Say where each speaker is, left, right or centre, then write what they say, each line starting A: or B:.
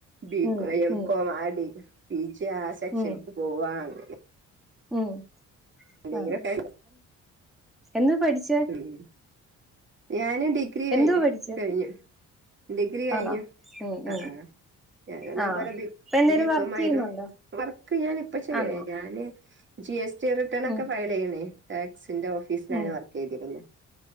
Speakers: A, on the right; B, in the centre.
A: ബി
B: ഉം
A: കോം എം
B: ഉം
A: കോം ആ ഡിഗ്രി - പി ജി ആ സെക്ഷനിക്ക്
B: ഉം
A: പോവാണെങ്കി -
B: ഉം
A: എന്തെങ്കിലുമൊക്കെ
B: ആതെ എന്താ പഠിച്ചെ -
A: ഉം ഞാന് ഡിഗ്രി കഴ
B: എന്തോ പഠിച്ചേ
A: കഴിഞ്ഞു ഡിഗ്രി കഴിഞ്ഞു
B: ആണോ ഉം
A: ആഹ്
B: ഉം
A: ആഹ് ഞാനും അതേപോലെ
B: ആ
A: ബി
B: ഇപ്പൊ എന്തേലും
A: ബി
B: വർക്ക്
A: കോം ആമായിരുന്നു
B: ചെയ്യുന്നുണ്ടോ
A: വർക്ക് ഞാനിപ്പ ചെയ്യണേല്ല
B: ആണോ
A: ഞാന്- ജി എസ് ടി റിട്ടേൺ
B: ഉം
A: ഒക്കെ ഫയൽ ചെയ്യണേ ടാക്സിന്റെ ഓഫീസിലാണ്
B: ഉം
A: വർക്ക് ചെയ്തിരുന്നു